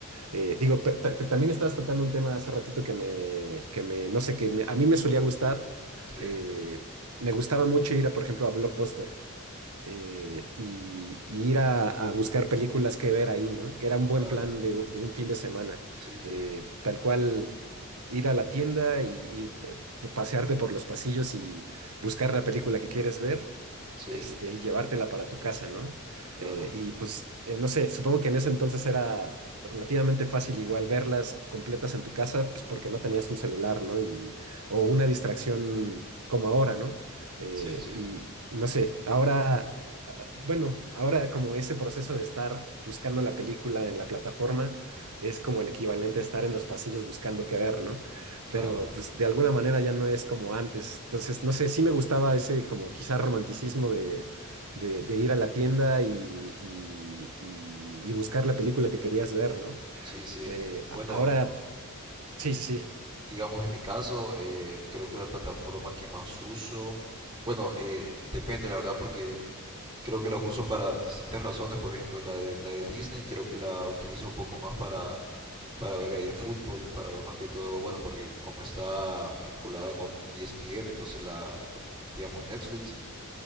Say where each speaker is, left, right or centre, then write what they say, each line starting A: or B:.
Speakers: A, on the right; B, on the right.
A: Eh, digo, pe- ta- que también estabas tocando un tema hace ratito que me, que me, no sé, que me- a mí me solía gustar.
B: sí,
A: eh, me gustaba mucho ir a, por ejemplo, a Blockbuster eh, y, y ir a, a buscar películas que ver ahí, ¿no? Que era un buen
B: claro.
A: plan de, u- de un fin de semana.
B: Sí, sí,
A: Eh, tal cual, ir a la tienda y, y, pe- pasearte por los pasillos y buscar la película que quieres ver,
B: sí,
A: este, y llevártela para tu casa, ¿no?
B: claro.
A: Eh, y pues, eh, no sé, supongo que en ese entonces era relativamente fácil igual verlas completas en tu casa, pues porque no tenías un celular, ¿no? Y, o una distracción como ahora, ¿no? Eh,
B: Sí, sí,
A: y y no sé, ahora... ah, ah, Bueno, ahora como ese proceso de estar buscando la película en la plataforma, es como el equivalente a estar en los pasillos buscando qué ver, ¿no?
B: claro.
A: Pero pues de alguna manera ya no es como antes. Entonces, no sé, sí me gustaba ese como quizá romanticismo de, de, de ir a la tienda y, y, y- y buscar la película que querías ver, ¿no?
B: Sí, sí.
A: Eh, a-
B: Bueno,
A: ahora, sí, sí, sí,
B: digamos en mi caso, eh, creo que la plataforma que más uso, bueno, eh, depende la verdad porque creo que las uso para distintas razones. Por ejemplo, la de, la de Disney creo que la utilizo un poco más para para ver eh, fútbol, para ver más que todo, bueno, porque como está vinculada con ESPN, entonces la, digamos, Netflix,